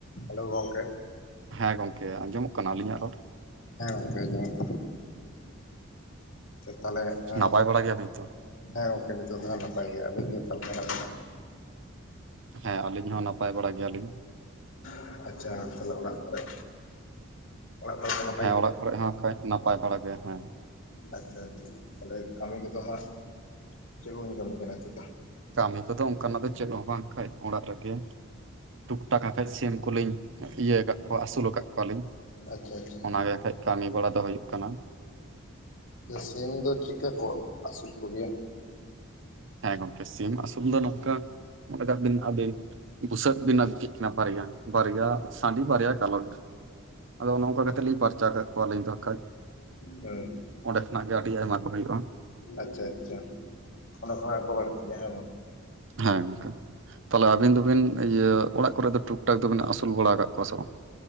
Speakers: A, on the left; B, on the right.
A: ᱦᱮᱞᱳ ᱜᱚᱝᱠᱮ,
B: ᱦᱮᱸ ᱜᱚᱝᱠᱮ ᱟᱸᱡᱚᱢᱚᱜ ᱠᱟᱱᱟ ᱟᱹᱞᱤᱧᱟᱜ ᱨᱚᱲ?
A: ᱦᱮᱸ ᱜᱚᱝᱠᱮ ᱟᱡᱚᱢᱚᱜ ᱠᱟᱱᱟ ᱛᱟᱦᱚᱞᱮ ᱮᱸ
B: ᱱᱟᱯᱟᱭ ᱵᱟᱲᱟ ᱜᱮᱭᱟᱵᱤᱱ ᱛᱚ?
A: ᱦᱮᱸ ᱜᱚᱝᱠᱮ ᱱᱤᱛᱚᱜ ᱫᱚ ᱦᱟᱸᱜ ᱱᱟᱯᱟᱭ ᱜᱮ, ᱟᱹᱵᱤᱱ ᱜᱮ ᱚᱠᱟ ᱞᱮᱠᱟ ᱢᱮᱱᱟᱜ ᱵᱤᱱᱟ?
B: ᱦᱮᱸ ᱟᱹᱞᱤᱧ ᱦᱚᱸ ᱱᱟᱯᱟᱭ ᱵᱟᱲᱟ ᱜᱮᱭᱟ ᱞᱤᱧ,
A: ᱵᱤᱱᱟ ᱟᱪᱪᱷᱟ ᱛᱟᱦᱟᱞᱮ ᱚᱲᱟᱜ ᱠᱚ ᱨᱮ ᱚᱲᱟᱜ ᱠᱚ ᱨᱮ
B: ᱦᱮᱸ ᱚᱲᱟᱜ ᱠᱚᱨᱮ ᱦᱚ ᱠᱚ ᱱᱟᱯᱟᱭ ᱵᱟᱲᱟ ᱜᱮᱭᱟ ᱦᱮᱸ
A: ᱟᱪᱪᱷᱟ ᱟᱪᱪᱷᱟ ᱛᱟᱦᱞᱮ ᱠᱟᱢᱤ ᱠᱚᱸᱫᱚ ᱦᱟᱜ ᱪᱮᱫ ᱠᱚᱵᱮᱱ ᱠᱟᱢᱤ ᱠᱟᱱᱟ ᱱᱤᱛᱚᱜ ᱫᱚ
B: ᱠᱟᱢᱤ ᱠᱚᱫᱚ ᱚᱱᱠᱟ ᱱᱟᱜ ᱫᱚ ᱪᱮᱫ ᱦᱚᱸ ᱵᱟᱝ ᱠᱷᱟᱡ ᱚᱲᱟᱜ ᱨᱮ ᱜᱮ ᱴᱩᱠ ᱴᱟᱠᱟ ᱠᱟᱡ ᱥᱤᱢ ᱠᱩᱞᱤᱧ ᱤᱭᱟᱹ ᱟᱠᱟᱫ ᱠᱚᱣᱟ ᱟᱹᱥᱩᱞ ᱟᱠᱟᱫ ᱠᱚᱣᱟ ᱞᱤᱧ
A: ᱟᱪᱪᱷᱟ ᱟᱪᱪᱷᱟ
B: ᱚᱱᱟ ᱜᱮ ᱦᱟᱜ ᱠᱷᱟᱱ ᱠᱟᱢᱤ ᱵᱟᱲᱟ ᱫᱚ ᱦᱩᱭᱩᱜ ᱠᱟᱱᱟ
A: ᱥᱤᱢ ᱫᱚ ᱪᱤᱠᱟᱹ ᱠᱚ ᱟᱹᱥᱩᱞ ᱠᱚᱜᱮᱭᱟ
B: ᱦᱮᱸ ᱜᱚᱝᱠᱮ ᱥᱤᱢ ᱟᱥᱩᱞ ᱫᱚ ᱱᱚᱝᱠᱟ ᱢᱚᱱᱮ ᱠᱟᱜ ᱵᱤᱱ ᱟᱵᱤᱱ ᱵᱷᱩᱥᱟᱹᱜ ᱵᱤᱱ ᱟᱹᱜᱩ ᱠᱮᱫ ᱠᱤᱱᱟ ᱵᱷᱟᱨᱭᱟ ᱵᱟᱨᱭᱟ ᱥᱟᱺᱰᱤ ᱵᱟᱨᱭᱟ ᱡᱟᱞᱚᱴ ᱟᱫᱚ ᱚᱱᱮ ᱚᱱᱠᱟ ᱠᱟᱛᱮ ᱞᱤᱧ ᱯᱟᱨᱪᱟᱣ ᱠᱟᱜ ᱠᱚᱣᱟ ᱞᱤᱧ ᱫᱚ ᱠᱟᱡ
A: ᱦᱮᱸ
B: ᱚᱸᱰᱮ ᱠᱷᱚᱱᱟᱜ ᱜᱮ ᱟᱹᱰᱤ ᱟᱭᱢᱟ ᱠᱚ ᱦᱩᱭᱩᱜ-ᱟ
A: ᱟᱪᱪᱷᱟ ᱟᱪᱪᱷᱟ ᱚᱱᱟᱰᱮ ᱠᱷᱚᱱᱟᱜ ᱠᱚ ᱵᱟᱹᱲᱛᱤᱜ ᱟ ᱦᱮᱸ ᱵᱟᱝ
B: ᱦᱮᱸ ᱜᱚᱝᱠᱮ ᱛᱟᱦᱞᱮ ᱟᱵᱤᱱ ᱫᱚ ᱵᱤᱱ ᱤᱭᱟᱹ ᱚᱲᱟᱜ ᱠᱚᱨᱮ ᱫᱚ ᱴᱩᱠ ᱴᱟᱠ ᱫᱚᱵᱮᱱ ᱟᱹᱥᱩᱞ ᱵᱟᱲᱟ ᱟᱠᱟᱫ ᱠᱚᱣᱟ ᱥᱮ ᱵᱟᱝ